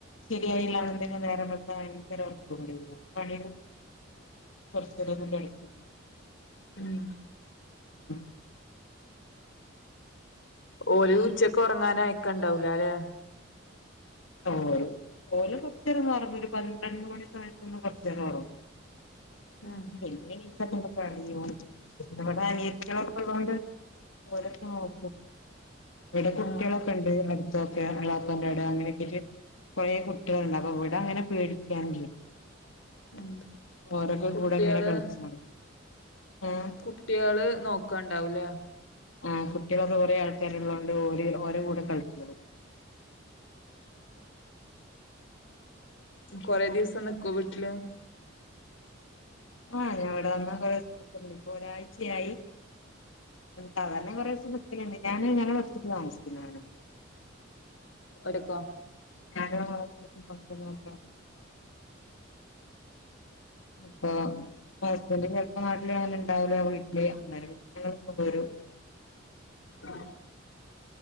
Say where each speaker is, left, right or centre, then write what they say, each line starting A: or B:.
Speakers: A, on the left; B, on the left.
A: ശരിയായില്ല ന്നുണ്ടെങ്കിൽ നേരത്തെ - ഭയങ്കര ഉറക്ക് വരുമായി കൊറചെരൊന്ന് കിടക്കും
B: ഉം
A: ഉം
B: ഓല് ഉച്ചക്ക് ഉറങ്ങാന ആയക്കണ്ടാവല അല്ലേ?
A: <unintelligible> ഓര് കൊറച്ചു നേരം ഒന്ന് ഉറങ്ങും ഒരു പന്ത്രണ്ട് മണി സമയത്ത് ഒന്നു കൊറച്ചുനേരം ഉറങ്ങും
B: ആഹ്
A: പിന്നെ എണ്ണിച്ച പിന്നെ <inaudible> അനിയത്തിയൊക്കെ ഉള്ളോണ്ട് ഓരോക്കെ നോക്കും ഇവിടെ കുട്ടികളൊക്കെ
B: ആഹ്
A: ഉണ്ട് അടു <unintelligible> ഇള്ളപാൻ്റെ അവിടെ അങ്ങനെയൊക്കെ ആയിട്ട് കുറെ കുട്ടികളുണ്ട് അപ്പൊ ഇവിടെ അങ്ങനെ പേടിക്കാനില്ല
B: ഉം
A: ഓരോക്കെ
B: കുട്ടികള്
A: കൂടെ ഇങ്ങനെ കളിച്ച് നടക്കും ആഹ്
B: കുട്ടികള് നോക്കണ്ടാവൂലേ
A: ആ കുട്ടികളൊക്കെ കുറെ ആൾക്കാര് ഉള്ളോണ്ട് ഓര് ഓര്ടെ കൂടെ കളിച്ചോളും
B: കൊറെ ദിവസം നിക്കോ വീട്ടില്
A: ആ ഞാനിവിടെ വന്നാ കൊറെ ദിവസം നിക്കും ഇപ്പൊ ഒരാഴ്ചയായി സാധാരണ കുറെ ദിവസം നിക്കലണ്ട് ഞാന് <unintelligible> താമസിക്കുന്നാണ്
B: ഓരുക്കോ
A: ഞാന് <inaudible> അപ്പോ ഹസ്ബൻഡ് ചിലപ്പോ നാട്ടിലങ്ങനെ ഉണ്ടാവില്ല വീട്ടില് അന്നേരംഞങ്ങൾ ഇപ്പൊ പോരും <unintelligible>
B: ആ